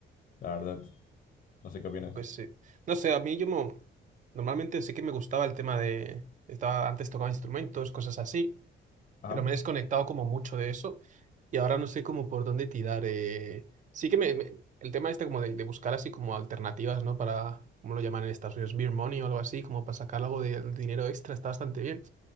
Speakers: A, on the left; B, on the right.
A: la verdad. No sé qué opinas.
B: Pues sí. No sé, a mí yo mo- normalmente sí que me gustaba el tema de... Estaba, antes tocaba instrumentos, cosas así,
A: Ajá.
B: pero me he desconectado como mucho de eso y ahora no sé como por dónde tirar. eh. Sí que me, me- el tema este como de, de buscar así como alternativas, ¿no? Para, ¿cómo lo llaman en Estados Unidos? Beer money o algo así, como para sacar algo de, dinero extra, está bastante bien.